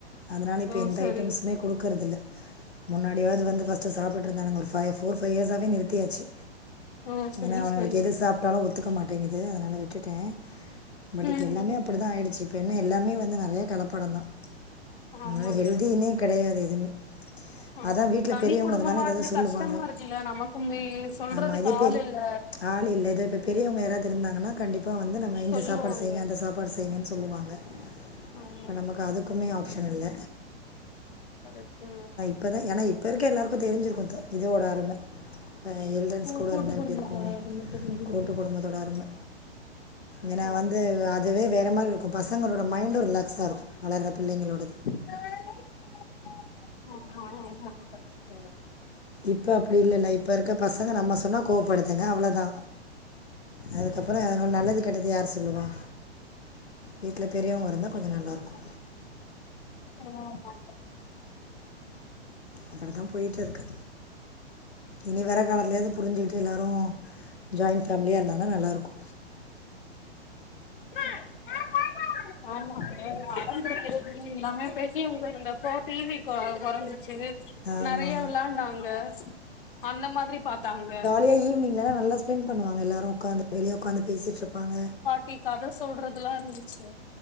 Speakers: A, on the left; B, on the left.
A: அதனால இப்போ
B: ஓ
A: எந்த
B: சரி
A: ஐட்டம்ஸ்மே குடுக்குறத இல்ல முன்னாடியாவது வந்து ஃபஸ்உ்டு சாப்டுட்டு இருந்தாங்க ஒரு ஃபை ஃபோர் ஃபவ் இயர்ஸாவே நிறுதியாச்சு
B: ஓ சரி
A: ஏன்னா அவுனுகளுக்கு
B: சரி
A: எது சாப்ட்டாலு ஒத்துக்க மாட்டேங்குது அதனால விட்டுட்ட பட்
B: ம்
A: இப்போ எல்லாமே
B: ம்
A: அப்டிதா ஆயிடுச்சு இப்ப என்ன எல்லாமே வந்து நெறைய கலப்படம் தா அதனால
B: ஆமாங்க
A: ஹெல்தினே கெடையாது எதுவுமே
B: ஆமாங்
A: அதான் வீட்டில்
B: தனி
A: பெரியவங்க
B: குடும்பமா
A: இருந்தாலும் ஏதாவது
B: இருந்து
A: சொல்லுவாங்க
B: கஷ்டமா இருக்குல்ல நமக்குமே சொல்றதுக்கு
A: ஆமாம் இதே
B: ஆள்
A: பெரிய
B: இல்ல
A: ஆள் இல்ல இதே இப்ப பெரியவுங்க யாராவது இருந்தாங்கன்னா கண்டிப்பா வந்து நம்ம இந்த
B: சொல்லுவாங்க
A: சாப்பாடு செய்ங்க அந்த சாப்பாடு செய்ங்கன் சொல்லுவாங்க
B: ஆமா
A: இங்க நமக்கு அது க௲குமே ஆப்ஷன் இல்ல
B: கரெக்ட்டு
A: இப்ப தா ஏன்னா இப்போ இருக்க எல்லாருக்க தெரிஞ்சிருக்கு த இதோட அரும ஆ எல்டெர்ஸ்
B: ம்
A: கூட
B: கூட்டு
A: இருந்தா எப்டி
B: குடும்பத்தோட
A: இருக்கு
B: அரும தெரிஞ்சிருக்கு
A: கூட்டு குடும்பத்தோட அரும ஏன்னா
B: ஆமா
A: வந்து அதுவே வேறு மாரி இருக்கு பசங்களோட மைண்டு ரிலாக்ஸாக இருக்கு வளர்ற பிள்ளைங்களோட
B: <unintelligible>
A: இப்போ அப்டி இல்லல்ல இப்ப இருக்க பசங்க நம்ம சொன்னா கோவப்படுத்துங்க அவ்ளோதா அதுக்கப்றோ யாரு நல்லது கெட்டது யார் சொல்லுவா வீட்ல பெரியவங்க இருந்தா கொஞ்சோ நல்லாயிருக்கு
B: <unintelligible>
A: அப்டி தா போயிட்டு இருக்கு இனி வர காலத்துலயாது புரிஞ்சுக்கிட்டு எல்லாரு ஜாயின் ஃபேமிலியா இருந்தாங்னா நல்லாருக்கு.
B: <unintelligible> ஆமா <inaudible> எல்லாமே பெரிவிங்க இருந்தப்போ டி வி கொ கொறஞ்சிச்சு.
A: ஆமாம்
B: நறைய விளாண்டாங்க அந்த மாதிரி பாத்தாங்க.
A: ஏ ஈவ்னிங்ல எல்லா நல்லா ஸ்பென் பண்ணுவாங்க எல்லாரு உக்காந்து வெளிய உக்காந்து பேசிட்ருப்பாங்க.
B: டி கத சொல்றதுல்லா இர்ந்துச்சு.